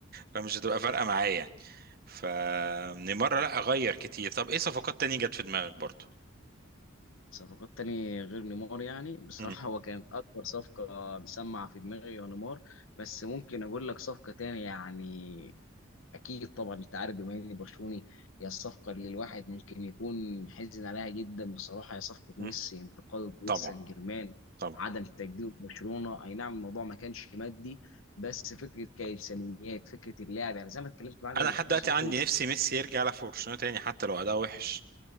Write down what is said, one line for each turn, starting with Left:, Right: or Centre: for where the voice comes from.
Right: فمش هتبقى فارقه معايا يعني فمن مره لا اغير كتير طب ايه صفقات تانية جت في دماغك برضو
Left: صفقات تاني غير نيمار يعني بصراحة
Right: مم.
Left: هو كانت أكبر صفقة مسمعة في دماغي هو نيمار بس ممكن أقول لك صفقة تاني يعني أكيد طبعا أنت عارف بما إني برشلوني هي الصفقة اللي الواحد ممكن يكون حزن عليها جدا بصراحة هي صفقة ميسي
Right: مم.
Left: انتقال باريس
Right: طبعا
Left: سان جيرمان
Right: طبعا
Left: عدم تجديد برشلونة أي نعم الموضوع ما كانش مادي بس فكرة كإنسانيات فكرة اللاعب يعني زي ما اتكلمت معاك
Right: انا
Left: قبل
Right: لحد
Left: كده
Right: دلوقتي
Left: يا صديقي
Right: عندي نفسي ميسي يرجع يلعب في برشلونه تاني حتى لو اداء وحش